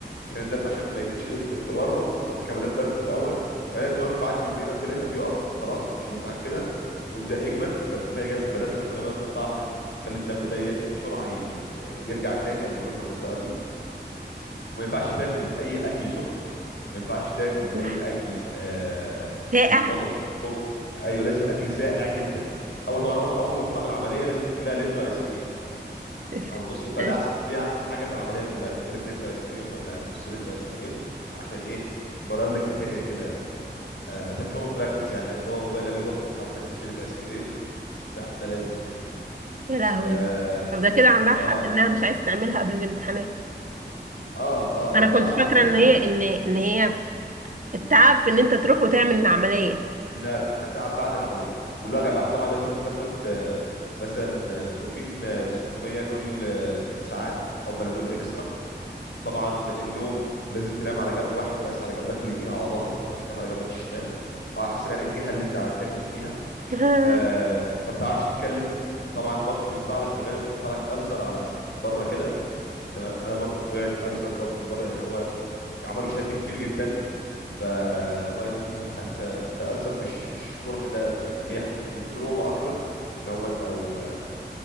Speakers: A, on the left; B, on the right.
A: عشان الدم عشان ما يزيدش التورم فتحط كمادات بارده في الاول بعدين التورم بعد يومين او ثلاثه بيقف خلاص مش هيزيد عن كده ويبدا يجمد فتقوم هي جايب الكمادات السخنه بقى تحطها عشان تخلي الدم ده ير- بسرعه ي- يرجع تاني او يروح من المنطقه دي وما ينفعش تاكل اي اكل سخن ما ينفعش تاكل
B: اوف
A: اي اكل آه
B: ساقع
A: بيتمضغ بقوه ايوه لازم اكل ساقع جدا اول طبعا اول أول ما تطلع من العمليه لازم تاكل لها لتر ايس كريم
B: <laughs>
A: او نص فده احسن دي احسن حاجه في العمليه كلها تاكل لك لتر ايس كريم ولا نص لتر ايس كريم عشان ايه يبرد لك الدنيا كده آه، ده كومن براكتس يعني لقيت بابا بابا قال لي روح وهات لك اشيلك ايس كريم ده ده لازم يعني
B: يا لهوي
A: اه
B: طب ده كده عندها
A: اه
B: حق انها مش عايزه تعملها قبل الامتحانات
A: اه
B: انا كنت
A: اه انا عملتها
B: فاكره ان هي ان ان هي التعب في ان انت تروح وتعمل العمليه
A: لا تعب بعد العمليه والوجع بقى طبعا لازم بتاخد آه، مثلا آه، بروفين آه، 600 كل آه، 6 ساعات او بنادول اكسترا طبعا النوم لازم تنام على جنب واحد بس على جنبك اليمين على ظهرك ما ينفعش تنام على جنبك الشمال أو على حسب يعني الجهه اللي انت بتعمل فيها
B: <laughs>
A: آه ما بتعرفش تتكلم طبعا برضو بيطلع لك في الغالب ممكن يطلع لك ألسر على بره كده تمام انا برضو طلعت ألسر برضو من بره لان هو عملوا شد كتير جدا فبعد ده بتيجي مح... ده, ده ألسر مش مش جرح ده جاي حاجه من التروما اكتر ان هو مد او